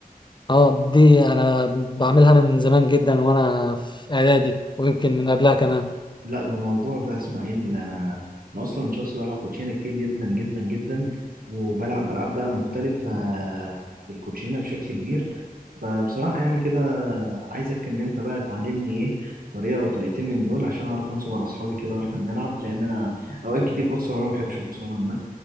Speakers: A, on the left (about 30°); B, on the right (about 70°).
A: اه دي انا بعملها من زمان جدا وانا في اعدادي ويمكن من قبلها كمان
B: لا ده موضوع ده يا اسماعيل انا انا اصلا شخص بلعب كوتشينه كتير جدا جدا جدا وبلعب العاب بقى مختلفه بالكوتشينه بشكل كبير فبصراحه يعني كده عايزك ان انت بقى تعلمني ايه طريقه او طريقتين من دول عشان اعرف انصب على اصحابي كده واحنا بنلعب لان انا اوقات كتير بخسر وانا ما بحبش الخساره عامه